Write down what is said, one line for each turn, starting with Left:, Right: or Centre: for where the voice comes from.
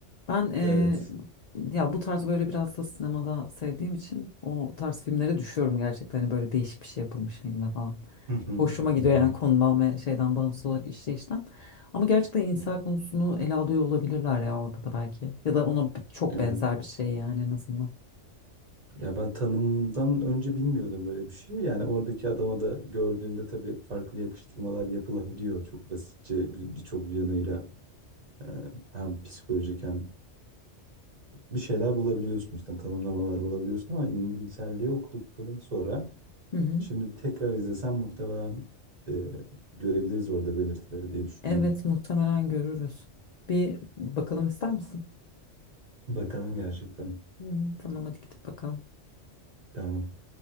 Left: Ben eee,
Right: Evet.
Left: ya bu tarz böyle biraz da sinemada sevdiğim için o tarz filmlere düşüyorum gerçekten. Hani böyle değişik bir şey yapılmış filmde falan.
Right: Hı hı,
Left: Hoşuma gidiyor
Right: hı hı.
Left: yani konudan ve şeyden bağımsız olarak işleyişten. Ama gerçekten insan konusunu ele alıyor olabilirler ya orada da belki. Ya da ona b- çok
Right: Evet.
Left: benzer bir şey yani en azından.
Right: Ya ben tanımdan önce bilmiyordum böyle bir şey. Yani oradaki adama da gördüğünde tabii farklı yakıştırmalar yapılabiliyor. Çok basitçe bir- birçok yanıyla e, hem psikolojik hem bir şeyler bulabiliyorsun üstten tanımlamalar bulabiliyorsun ama inselliği okuduktan sonra
Left: Hı hı.
Right: şimdi tekrar izlesem muhtemelen e, görebiliriz orada belirtileri diye düşünüyorum.
Left: Evet muhtemelen görürüz. Bir bakalım ister misin?
Right: Bakalım gerçekten.
Left: Hı hı. Tamam hadi gidip bakalım.
Right: Tamam.